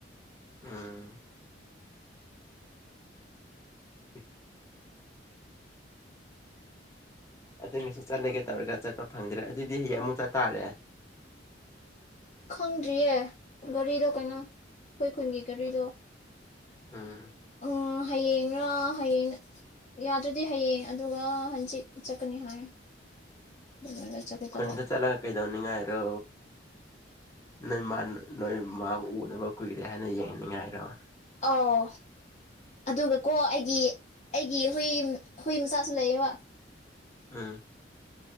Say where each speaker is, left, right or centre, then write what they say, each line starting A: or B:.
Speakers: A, on the left; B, on the left.
A: ꯎꯝ ꯎꯝ ꯑꯗꯨꯅꯁꯨ ꯆꯠꯂꯒꯦ ꯇꯧꯔꯒ ꯆꯠꯄ ꯐꯪꯗ꯭ꯔꯦ ꯑꯗꯨꯗꯤ ꯍꯌꯦꯡ ꯑꯃꯨꯛ ꯆꯠꯇꯥꯥꯔꯦ
B: ꯈꯪꯗ꯭ꯔꯤꯌꯦ ꯒꯥꯔꯤꯗꯣ ꯀꯩꯅꯣ ꯑꯩꯈꯣꯏ ꯈꯨꯟꯒꯤ ꯒꯥꯔꯤꯗꯣ
A: ꯎꯝ
B: ꯎꯝ ꯍꯌꯦꯡꯔꯥ ꯍꯌꯦꯡ ꯌꯥꯗ꯭ꯔꯗꯤ ꯍꯌꯦꯡ ꯑꯗꯨꯒ ꯍꯪꯆꯤꯠ ꯆꯠꯀꯅꯤ ꯍꯥꯏ ꯑꯗꯨꯒ ꯆꯠꯀꯦ
A: ꯈꯟꯗ
B: ꯇꯧꯕ
A: ꯆꯂꯒ ꯀꯩꯗ ꯅꯤꯡꯉꯥꯏꯔꯣ ꯅꯣꯏ ꯃꯥ ꯅꯣꯏ ꯃꯥꯕꯨ ꯎꯗꯕ ꯀꯨꯏꯔꯦ ꯍꯥꯏꯅ ꯌꯦꯡꯅꯤꯡꯉꯥꯏꯔꯣ
B: ꯑꯣ ꯑꯗꯨꯒ ꯀꯣ ꯑꯩꯒꯤ ꯑꯩꯒꯤ ꯍꯨꯏ ꯍꯨꯏ ꯃ ꯆꯁꯨ ꯂꯩꯌꯦꯕ
A: ꯑꯝ